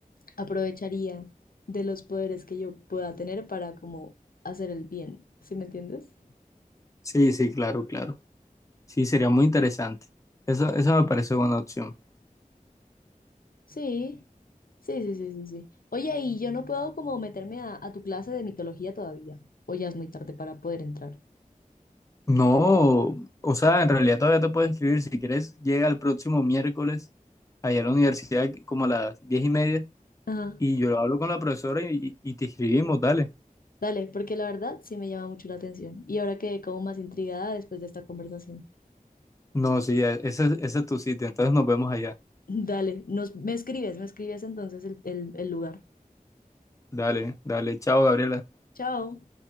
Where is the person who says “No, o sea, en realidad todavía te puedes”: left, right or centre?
Left